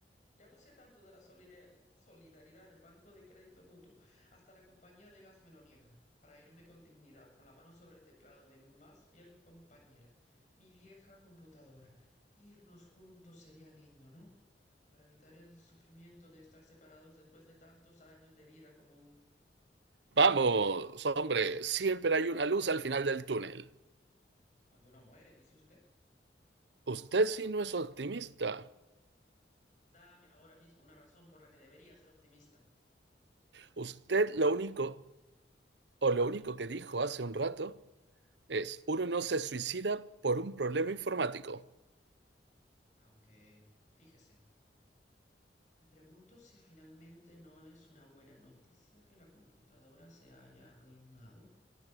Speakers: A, on the left; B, on the right.
A: Ya abusé tanto de la solidaridad del Banco de Crédito Mutuo, hasta la compañía de gas me lo niega, para irme con dignidad, con la mano sobre el teclado de mi más fiel compañera, mi vieja computadora. Irnos juntos sería lindo, ¿no? Para evitar el sufrimiento de estar separados después de tantos años de vida común.
B: Vamos, hombre, siempre hay una luz al final del túnel.
A: Cuando uno muere, dice usted.
B: Usted sí no es optimista.
A: Dame ahora mismo una razón por la que debería ser optimista.
B: Usted lo único, o lo único que dijo hace un rato, es, uno no se suicida por un problema informático.
A: Aunque, fíjese, Me pregunto si finalmente no es una buena noticia que la computadora se haya arruinado.